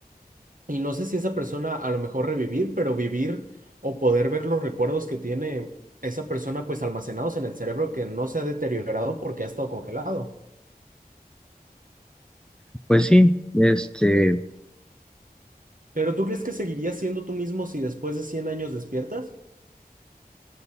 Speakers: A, on the right; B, in the centre.
A: Y no sé si esa persona a lo mejor revivir, pero vivir o poder ver los recuerdos que tiene esa persona pues almacenados en el cerebro que no se ha deteriorado porque ha estado congelado.
B: Pues sí, este,
A: Pero ¿tú crees que seguirías siendo tú mismo si después de 100 años despiertas?